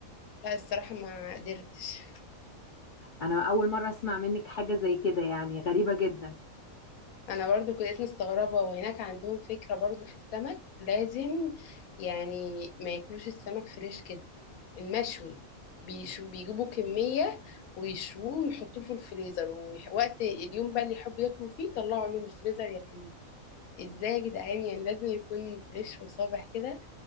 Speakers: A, on the left; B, on the left.
A: لا الصراحه ما قدرتش
B: انا اول مرة اسمع منك حاجة زي كده يعني غريبة جدا
A: انا برضو كنت مستغربه وهناك عندهم فكره برضو في السمك لازم يعني ما ياكلوش السمك فريش كده المشوي بيشو بيجيبوا كميه ويشوه ويحطوه في الفريزر ووقت اليوم بقى اللي يحبوا ياكلوا فيه طلعوا من الفريزر ياكلوه ازاي يا جدعان يعني لازم يكون فريش وصابح كده